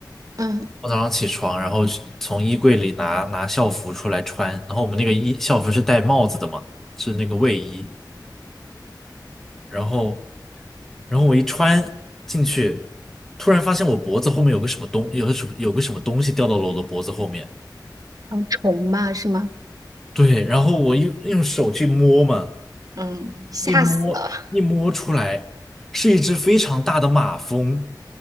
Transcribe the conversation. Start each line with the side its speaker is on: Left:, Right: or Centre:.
Right: 嗯
Centre: 我早上起床，然后去从衣柜里拿拿校服出来穿，然后我们那个衣校服是戴帽子的嘛，是那个卫衣，然后然后我一穿进去，突然发现我脖子后面有个什么东，有个什么有个什么东西掉到了我的脖子后面。
Right: 嗯，虫吧是吗？
Centre: 对，然后我用用手去摸嘛，
Right: 嗯，吓死了
Centre: 一摸一摸出来是一只非常大的马蜂，